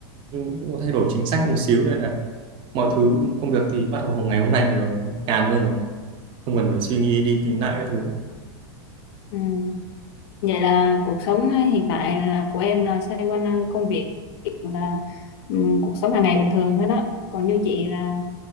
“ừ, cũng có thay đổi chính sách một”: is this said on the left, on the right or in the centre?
Right